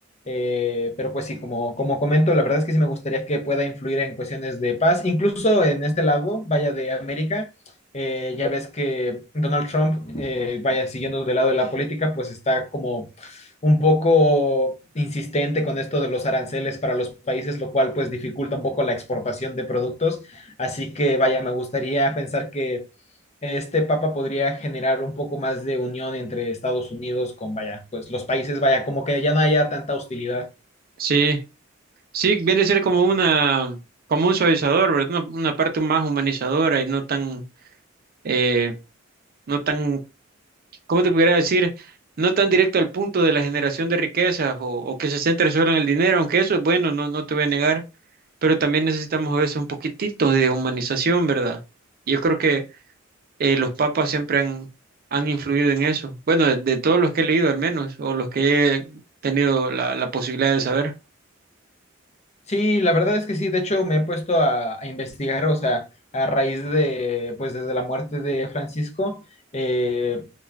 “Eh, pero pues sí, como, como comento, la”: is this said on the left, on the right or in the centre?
Left